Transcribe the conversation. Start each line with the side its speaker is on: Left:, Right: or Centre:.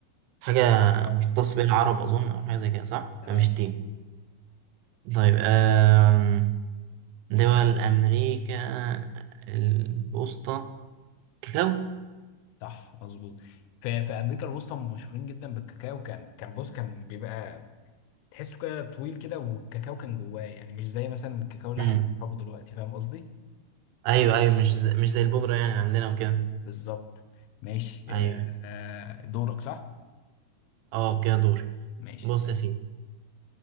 Right: حاجة
Left: أوي.
Right: مختص بيها العرب أظن أو حاجة زي كده صح؟
Left: تمام
Right: فمش
Left: مظبوط
Right: تين طيب آه... دول أمريكا الوسطى كاكاو
Left: صح مظبوط في في امريكا الوسطى هم مشهورين جدا بالكاكاو كان كان بص كان بيبقى تحسه كده طويل كده والكاكاو كان جواه يعني مش زي مثلا الكاكاو اللي
Right: مم.
Left: احنا بنشربه دلوقتي فاهم قصدي
Right: أيوة أيوة مش زي مش زي البودرة يعني عندنا وكده
Left: بالظبط ماشي آه،
Right: أيوة
Left: آه، دورك صح
Right: أه كده دوري
Left: ماشي
Right: بص
Left: سأل.
Right: يا سيدي